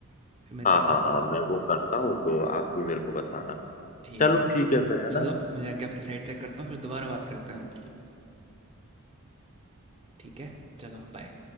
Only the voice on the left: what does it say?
हाँ हाँ
हाँ मैं वो करता हूँ तो आप भी मेरे को बताना
चलो
ठीक है फिर है
ना